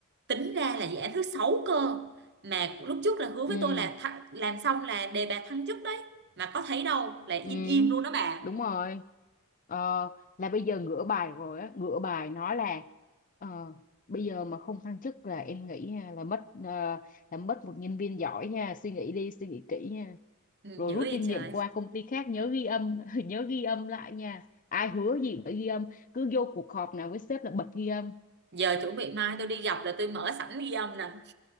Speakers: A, on the right (about 50°); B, on the left (about 40°).
A: tính ra là dự án thứ sáu cơ mà lúc trước là hứa
B: Ừ.
A: với tôi là tha- làm xong là đề bạt thăng chức mà có thấy đâu lại im
B: Ừ,
A: im luôn đó bà
B: đúng rồi. Ờ, là bây giờ ngửa bài rồi á, ngửa bài nói là ờ, bây giờ mà không thăng chức là em nghĩ ha, là mất ờ, là mất một nhân viên giỏi nha, suy nghĩ đi, suy nghĩ kỹ nha.
A: ừ,
B: Rồi
A: dữ
B: rút
A: vậy
B: kinh
A: trời
B: nghiệm qua công ty khác nhớ ghi âm, <laughs> nhớ ghi âm lại nha. Ai hứa gì cũng phải ghi âm, cứ vô cuộc họp nào với sếp là bật ghi âm.
A: giờ chuẩn bị mai tôi đi gặp là tôi mở sẵn ghi âm nè